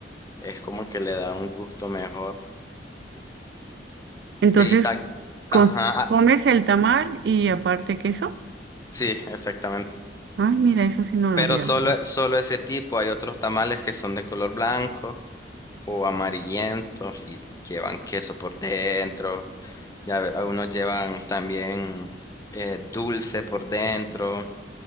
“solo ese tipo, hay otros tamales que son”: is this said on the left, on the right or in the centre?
Left